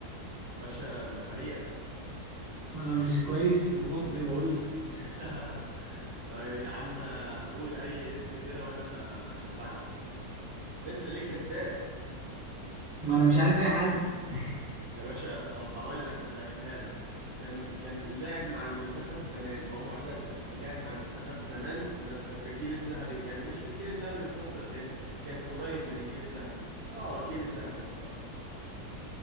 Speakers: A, on the right; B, on the right.
A: يا باشا ده فريقك
B: ما انا مش كويس في المصري بقول لك
A: <laughs> طيب يا عم قول اي اسم كده وانا ه- هساعدك لسه ليك هنتات
B: ما انا مش عارف اي حد <laughs>
A: يا باشا طب هقول لك هسهلها لك كان كان لعب مع المنتخب زمان هو معتزل ولعب مع المنتخب زمان بس في الجيل الذهبي يعني مش في الجيل الذهبي بالظبط بس يعني كان قريب من الجيل الذهبي اه الجيل الذهبي يعتبر